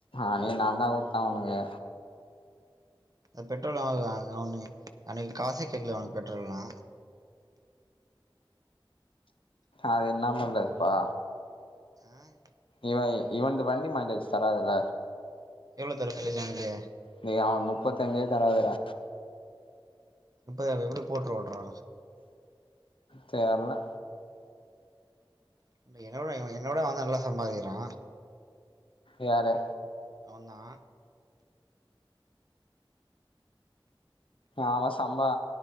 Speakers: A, on the left (about 75°); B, on the right (about 45°).
A: அன்னைக்கு நாந்தா குட்தே அவனுக்கு
B: அ பெட்ரோல் அவனுக்கா அவனு அன்னைக்கு காசே கேக்கலயே அவனுக்கு பெட்ரோல்லா
A: அது என்னா பண்றதுப்பா
B: ஆஹ்ன்
A: இவை இவன்ந்து வண்டி மைலேஜ் தராதுல்ல
B: எவ்ளோ தருது மைலேஜ் உனக்கு
A: டே அவனுக்கு நுப்பத்தஞ்சே தராதுடா
B: நுப்பதா அவ எப்டி போட்டு ஓட்றா
A: தெர்ல
B: இல்ல என்னோட என்னோட அவதா நல்லா சம்பாறிகிறா
A: யாரு
B: அவ தா
A: அவ சம்பா